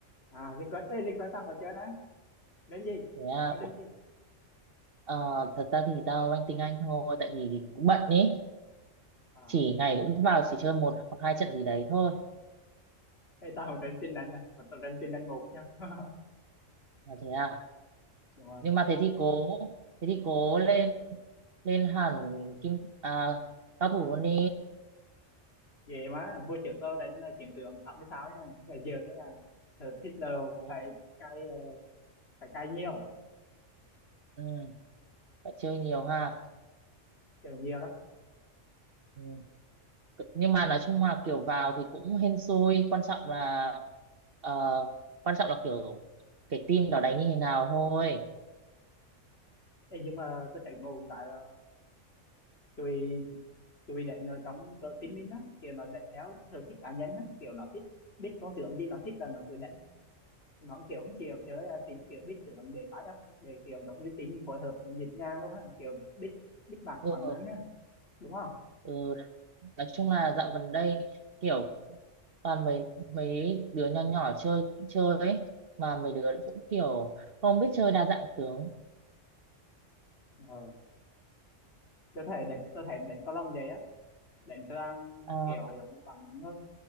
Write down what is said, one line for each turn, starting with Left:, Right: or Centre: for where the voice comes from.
Left: À liên quan ê liên quan tao có chơi đấy. đến gì?
Right: thế à,
Left: Mày đến
Right: ủa,
Left: gì?
Right: ờ, thật ra thì tao rank tiếng Anh thôi tại vì cũng bận ý
Left: À
Right: chỉ ngày cũng vào chỉ chơi một hoặc hai trận gì đấy thôi
Left: ê, tao không đánh tin đánh này, mà tao đánh tin đánh một nha. <laughs>
Right: là thế à
Left: Đúng rồi.
Right: nhưng mà thế thì cố thế thì cố lên lên hẳn kim à, cao thủ luôn đi
Left: Về má mua chiều tao đánh ờ, chiến tượng 66 nha. Bây giờ nó là sở thích là
Right: Thế
Left: phải
Right: ạ.
Left: cài ờ, phải cài nhiều,
Right: ừ, phải chơi nhiều ha
Left: chơi nhiều đó.
Right: ừ. C- nhưng mà nói chung là kiểu vào thì cũng hên xui quan trọng là ờ, quan trọng là kiểu cái team đó đánh như thế nào thôi
Left: Ê, nhưng mà tôi thấy ngu một cái là tụi tôi định ở trong cỡ tin mình á kiểu nó định theo sở thích cá nhân á kiểu nó thích biết con tưởng gì nó thích là nó cứ định nó kiểu không chiều chơi ờ, tính kiểu biết tưởng để lái up để kiểu giống như tính phối hợp nhịp nhàng luôn á kiểu biết biết bằng
Right: ừ,
Left: bằng nắng á đúng không
Right: ừ. nói chung là dạo gần đây kiểu toàn mấy mấy đứa nhỏ nhỏ chơi chơi ấy mà mấy đứa cũng kiểu không biết chơi đa dạng tướng
Left: ờ tôi thể định tôi thể định có lòng vậy á định tôi đang
Right: à,
Left: kiểu giống như bằng nắng thôi